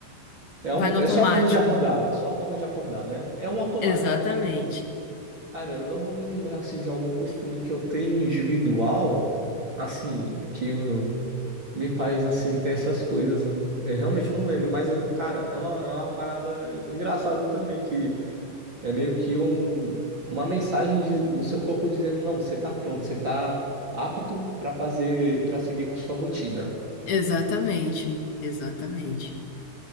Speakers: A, on the right; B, on the left.
A: é,
B: Vai
A: um,
B: no
A: é
B: automático.
A: só a forma de acordar, só a forma de acordar, né? É um automático.
B: Exatamente.
A: Cara, eu não vou me lembrar, assim, de algum costume que eu tenho individual, assim, que eu- me faz, assim, ter essas coisas. Eu realmente não lembro, mas, eu- cara, é uma, é uma parada engraçada também, que É meio que um, uma mensagem de- do seu corpo dizendo, não, você tá pronto, você tá apto para fazer, para seguir com sua rotina.
B: Exatamente, exatamente.